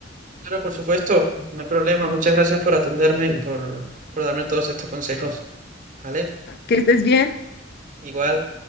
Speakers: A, on the right; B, on the left.
A: claro, por supuesto, no hay problema. Muchas gracias por atenderme y por, por darme todos estos consejos, ¿vale?
B: Que estés bien.
A: Igual.